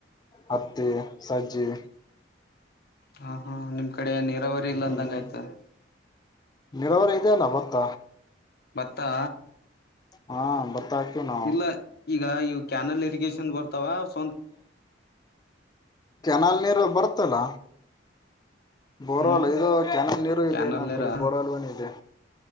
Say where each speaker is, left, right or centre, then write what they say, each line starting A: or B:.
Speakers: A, on the left; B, on the left.
A: ಹ ಹ ತ್ತೆ ಸಜ್ಜೆ
B: ಹಾ ಹಾ ನಿಮ್ ಕಡೆ ನೀ ಫೆಬ್ರವರಿ ಇಲ್ಲ
A: ಹ್ಮ್
B: ಅಂದಂಗ ಆಯ್ತ
A: ನೀರಾವರಿ ಇದೆಯಲ್ಲ ಭತ್ತ
B: ಬತ್ತಾ
A: ಹಾ ಹಾಕ್ತಿವಿ ನಾವು
B: ಇಲ್ಲ ಈಗ ಈ ಕ್ಯನಲ್ ಇರಿಗೇೇಶನ್ ವರ್ ತವಾ ಸ
A: ಕೆನಾಲ್ ನೀರು ಬರ್ತ್ತಲ್ಲ ಬೋರಲ್
B: ಹ್ಮ್
A: ಇದು ಕೆನಾಲ್ ನೀರು ಇದೆ
B: ಕ್ಯಾನಲ್
A: ನಮ್
B: ನೀರಾ
A: ಕಡೆ ಬೋರಲ್ವನ ಇದೆ